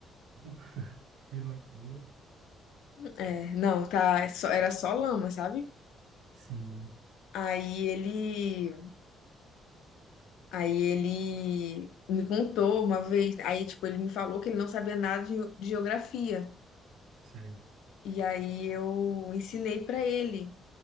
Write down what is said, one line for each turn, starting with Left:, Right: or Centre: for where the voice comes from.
Right: Sério? Que loucura.
Left: É, não, tá, é só- era só lama, sabe?
Right: Sim,
Left: Aí ele, aí ele me contou uma vez, aí tipo ele me falou que ele não sabia nada de de geografia.
Right: sei.
Left: E aí eu ensinei pra ele,